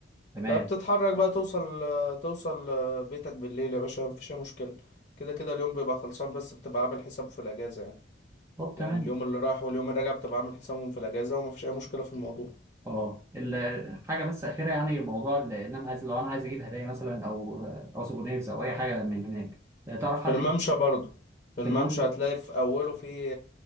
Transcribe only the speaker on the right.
تمام
طب
تمام
اه الحاجه بس اخيره يعني موضوع ال- ان انا عايز لو انا عايز اجيب هدايا مثلا او آه، او سوفونيرز او اي حاجه من هناك آه، تعرف حد
في
الممشى